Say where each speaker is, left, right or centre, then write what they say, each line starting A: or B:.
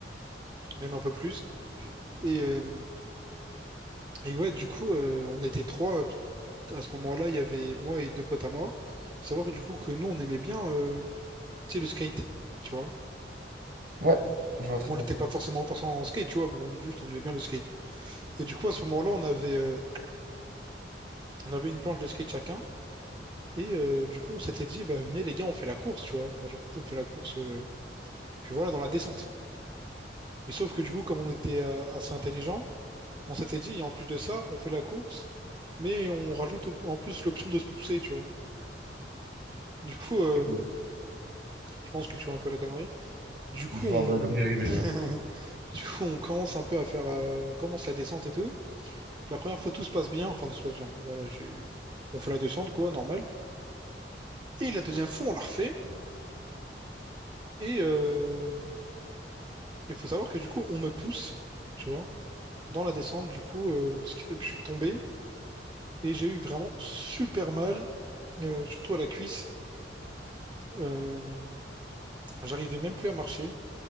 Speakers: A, on the right; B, on the right.
A: même un peu plus. Et, euh, et ouais, du coup, euh, on était trois. euh, À ce moment-là, il y avait moi et deux potes à moi. Faut savoir que, du coup que nous, on aimait bien, euh, tu sais, le skate, tu vois.
B: Ouais, je vois très
A: Bon, on n'était
B: bien.
A: pas forcément forcément en skate, tu vois. Bon, juste, on aimait bien le skate. Et du coup, à ce moment-là, on avait, euh, on avait une planche de skate chacun. Et euh, du coup, on s'était dit, bah venez les gars, on fait la course, tu vois. Enfin, genre, on fait la course, euh, puis voilà, dans la descente. Et sauf que du coup, comme on était euh, assez intelligent, on s'était dit, et en plus de ça, on fait la course, mais on rajoute au- en plus l'option de se pousser, tu vois. Du coup, euh,
B: Ok.
A: je pense que tu vois un peu la connerie. Du coup,
B: Je vois
A: on,
B: un peu la connerie arriver,
A: <laughs>
B: ouais.
A: du coup, on commence un peu à faire, euh, on commence la descente et tout. La première fois, tout se passe bien, enfin tout se passe bien. Voilà, j'ai eu- on fait la descente quoi, normal. Et la deuxième fois, on la refait. Et euh, il faut savoir que du coup, on me pousse, tu vois, dans la descente. Du coup, euh, ce qui fait que je suis tombé et j'ai eu vraiment super mal, euh, surtout à la cuisse. Euh, j'arrivais même plus à marcher.